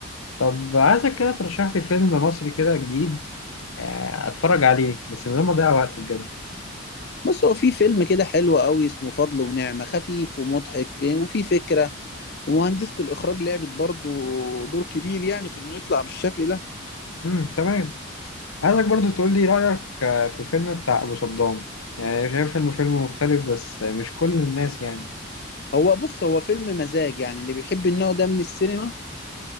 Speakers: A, on the left (about 80°); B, on the left (about 50°).
A: طب عايزك كده ترشح لي فيلم مصري كده جديد آه، اتفرج عليه بس من غير ما اضيع وقت بجد
B: بص هو في فيلم كده حلو قوي اسمه فضل ونعمة خفيف ومضحك وفي فكرة ومهندسة الإخراج لعبت برضو دور كبير يعني في إنه يطلع بالشكل ده
A: امم تمام عايزك برضو تقول لي رأيك آه، في فيلم بتاع أبو صدام يعني شايف إنه فيلم مختلف بس مش كل الناس يعني
B: هو بص هو فيلم مزاج يعني اللي بيحب النوع ده من السينما